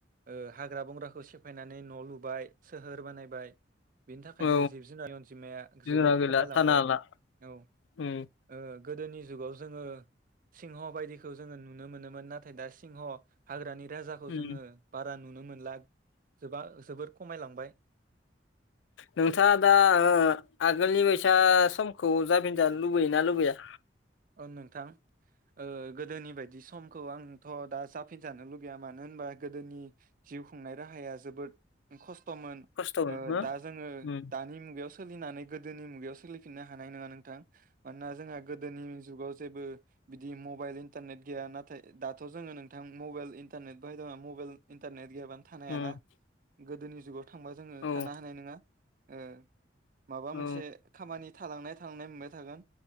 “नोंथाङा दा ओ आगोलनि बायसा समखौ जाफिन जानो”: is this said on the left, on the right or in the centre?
Left